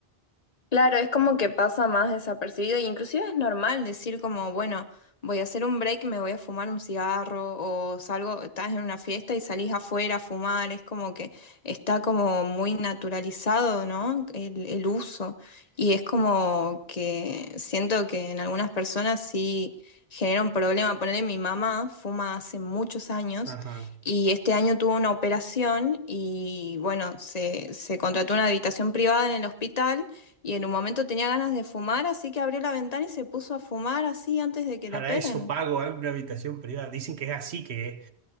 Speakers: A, on the left (about 40°); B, on the right (about 80°).
A: Claro, es como que pasa más desapercibido, e inclusive es normal decir como, bueno, voy a hacer un break, me voy a fumar un cigarro, o salgo, estás en una fiesta y salís afuera a fumar, es como que está como muy naturalizado, ¿no? El, el uso. Y es como que siento que en algunas personas sí genera un problema. Ponerle mi mamá fuma hace muchos años.
B: Ajá.
A: Y este año tuvo una operación y bueno, se, se contrató una habitación privada en el hospital y en un momento tenía ganas de fumar, así que abrió la ventana y se puso a fumar así antes de que
B: Para
A: lo operen.
B: eso pago alguna habitación privada. Dicen que es así, que